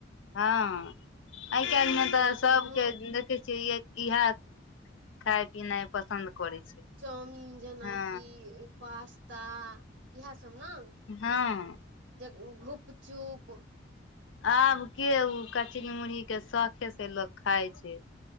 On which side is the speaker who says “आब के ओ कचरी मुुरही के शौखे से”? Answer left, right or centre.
Left